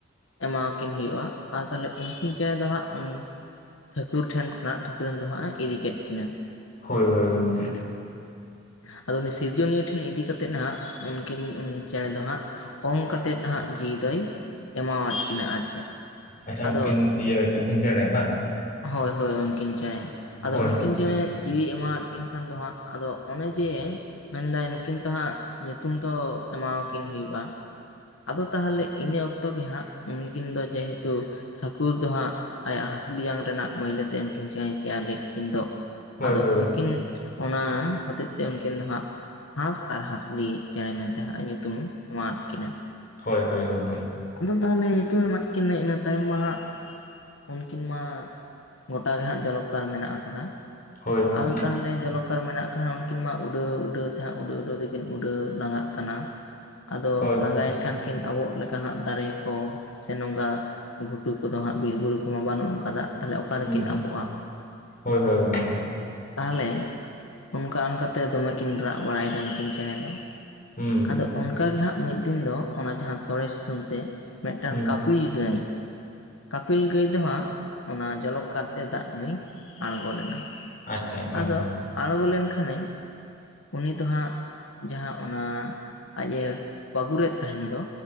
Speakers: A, on the left (about 85°); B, on the left (about 45°).
A: ᱮᱢᱟᱣᱟᱠᱤᱱ ᱦᱩᱭᱩᱜ-ᱟ ᱟᱫᱚ ᱛᱟᱦᱚᱞᱮ ᱩᱱᱠᱤᱱ ᱪᱮᱸᱬᱮ ᱫᱚ ᱦᱟᱸᱜ ᱴᱷᱟᱹᱠᱩᱨ ᱴᱷᱮᱱ ᱠᱷᱚᱱᱟᱜ ᱴᱷᱟᱹᱠᱩᱨᱟᱱ ᱫᱚ ᱦᱟᱸᱜ ᱮ ᱤᱫᱤ ᱠᱮᱫ ᱠᱤᱱᱟ
B: ᱦᱳᱭ ᱦᱳᱭ ᱜᱚᱝᱠᱮ
A: ᱩ ᱟᱫᱚ ᱩᱱᱤ ᱥᱤᱨᱡᱚᱱᱤᱭᱟᱹ ᱴᱷᱮᱱ ᱤᱫᱤ ᱠᱟᱛᱮ ᱦᱟᱸᱜ ᱩᱱᱠᱤᱱ ᱪᱮᱸᱬᱮ ᱫᱚ ᱦᱟᱸᱜ ᱚᱸᱝ ᱠᱟᱛᱮᱫ ᱦᱟᱸᱜ ᱡᱤᱣᱤ ᱫᱚᱭ ᱮᱢᱟᱣᱟᱫ ᱠᱤᱱᱟ ᱟᱨ ᱪᱮᱫ
B: ᱟᱪᱪᱷᱟ
A: ᱟᱫᱚ
B: ᱩᱱᱠᱤᱱ ᱤᱭᱟᱹ ᱩᱱᱠᱤᱱ ᱪᱮᱬᱮ ᱵᱟᱝ
A: ᱦᱳᱭ ᱦᱳᱭ ᱩᱱᱠᱤᱱ ᱪᱮᱸᱬᱮ ᱟᱫᱚ
B: ᱦᱳᱭ
A: ᱩᱱᱠᱤᱱ
B: ᱦᱳᱭ
A: ᱪᱮᱸᱬᱮ ᱡᱤᱣᱤ ᱮᱢᱟᱣᱟᱫ ᱠᱤᱱ ᱠᱷᱟᱱ ᱫᱚ ᱦᱟᱸᱜ ᱟᱫᱚ ᱚᱱᱮ ᱡᱮ ᱢᱮᱱᱫᱟᱭ ᱱᱩᱠᱤᱱ ᱛᱚ ᱦᱟᱸᱜ ᱧᱩᱛᱩᱢ ᱛᱚ ᱮᱢᱟᱣᱠᱤᱱ ᱦᱩᱭᱩᱜᱼᱟ ᱟᱫᱚ ᱛᱟᱦᱚᱞᱮ ᱤᱱᱟᱹ ᱚᱠᱛᱚ ᱜᱮ ᱦᱟᱸᱜ ᱩᱱᱠᱤᱱ ᱫᱚ ᱡᱮᱦᱮᱛᱩ ᱴᱷᱟᱹᱠᱩᱨ ᱫᱚ ᱦᱟᱸᱜ ᱟᱭᱟᱜ ᱦᱟᱹᱥᱞᱤ ᱡᱟᱝ ᱨᱮᱱᱟᱜ ᱢᱟᱹᱭᱞᱟᱹ ᱛᱮ ᱩᱱᱠᱤᱱ ᱪᱮᱸᱬᱮ ᱛᱮᱭᱟᱨ ᱞᱮᱫ ᱠᱤᱱ ᱫᱚ
B: ᱦᱳᱭ
A: ᱟᱫᱚ
B: ᱦᱳᱭ ᱜᱚᱝᱠᱮ
A: ᱩᱱᱠᱤᱱ ᱚᱱᱟ ᱦᱚᱛᱮᱡ ᱛᱮ ᱩᱱᱠᱤᱱ ᱫᱚ ᱦᱟᱸᱜ ᱦᱟᱸᱥ ᱟᱨ ᱦᱟᱸᱥᱞᱤ ᱪᱮᱸᱬᱮ ᱢᱮᱱᱛᱮ ᱦᱟᱸᱜ ᱧᱩᱛᱩᱢ ᱮᱢᱟ ᱟᱫ ᱠᱤᱱᱟᱹ
B: ᱦᱳᱭ ᱦᱳᱭ ᱜᱚᱝᱠᱮ
A: ᱟᱫᱚ ᱛᱟᱦᱚᱞᱮ ᱧᱩᱛᱩᱢᱮ ᱮᱢᱟᱫ ᱠᱤᱱᱟᱹ ᱤᱱᱟᱹ ᱛᱟᱭᱚᱢ ᱢᱟ ᱦᱟᱸᱜ ᱩᱱᱠᱤᱱ ᱢᱟ ᱜᱚᱴᱟ ᱜᱮ ᱦᱟᱸᱜ ᱡᱚᱞᱚᱜᱠᱟᱨ ᱢᱮᱱᱟᱜ ᱟᱠᱟᱫᱟ
B: ᱦᱳᱭ ᱦᱳᱭ
A: ᱟᱫᱚ ᱛᱟᱦᱚᱞᱮ ᱡᱚᱞᱚᱠᱟᱨ ᱢᱮᱱᱟᱜ ᱠᱷᱟᱱ ᱩᱱᱠᱤᱱ ᱢᱟ ᱩᱰᱟᱹᱣ ᱩᱰᱟᱹᱣ ᱛᱮ ᱦᱟᱸᱜ ᱩᱰᱟᱹᱣ ᱛᱮᱠᱤᱱ ᱩᱰᱟᱹᱣ ᱞᱟᱸᱜᱟᱜ ᱠᱟᱱᱟ ᱟᱫᱚ
B: ᱦᱳᱭ ᱦᱳᱭ
A: ᱞᱟᱸᱜᱟᱭᱮᱱ ᱠᱷᱟᱱ ᱠᱤᱱ ᱟᱵᱚ <inaudible> ᱦᱟᱸᱜ ᱫᱟᱨᱮ ᱠᱚ ᱥᱮ ᱱᱚᱝᱠᱟ ᱜᱷᱩᱴᱩ ᱠᱚᱫᱚ ᱦᱟᱸᱜ ᱵᱤᱨ ᱵᱩᱨᱩ ᱠᱚᱢᱟ ᱵᱟᱹᱱᱩᱜ ᱟᱠᱟᱫᱟ ᱚᱠᱟ
B: ᱦᱩᱸ
A: ᱨᱮᱠᱤᱱ ᱟᱵᱚᱜᱼᱟ
B: ᱦᱳᱭ ᱦᱳᱭ ᱜᱚᱝᱠᱮ
A: ᱛᱟᱦᱚᱞᱮ ᱚᱱᱠᱟ ᱚᱱᱠᱟᱛᱮ ᱫᱚᱢᱮ ᱠᱤᱱ ᱨᱟᱜ ᱵᱟᱲᱟᱭᱮᱫᱟ ᱱᱩᱠᱤᱱ ᱪᱮᱬᱮ ᱫᱚ
B: ᱦᱚᱸᱻ
A: ᱟᱫᱚ ᱚᱱᱠᱟᱜ ᱜᱮ ᱦᱟᱸᱜ ᱢᱤᱫ ᱫᱤᱱ ᱫᱚ ᱚᱱᱟ ᱡᱟᱦᱟᱸ ᱛᱚᱲᱮ ᱥᱩᱛᱟᱹᱢ ᱛᱮ ᱢᱤᱫᱴᱟᱝ
B: ᱦᱩᱸ
A: ᱠᱟᱯᱤᱞ ᱜᱟᱹᱭ ᱠᱟᱯᱤᱞ ᱜᱟᱹᱭ ᱫᱚ ᱦᱟᱸᱜ ᱚᱱᱟ ᱡᱚᱞᱚᱠᱚᱨ ᱛᱮ ᱫᱟᱜ ᱧᱩᱭ ᱟᱬᱜᱚ ᱞᱮᱱᱟ
B: ᱟᱪᱪᱷᱟ ᱟᱪᱪᱷᱟ
A: ᱟᱫᱚ
B: ᱜᱚᱝᱠᱮ
A: ᱟᱸᱬᱜᱚ ᱞᱮᱱᱠᱷᱟᱱᱮ ᱩᱱᱤ ᱫᱚ ᱦᱟᱸᱜ ᱡᱟᱦᱟᱸ ᱚᱱᱟ ᱟᱡᱽ ᱮ ᱯᱟᱹᱜᱩᱨᱮᱫ ᱛᱟᱦᱮᱱ ᱫᱚ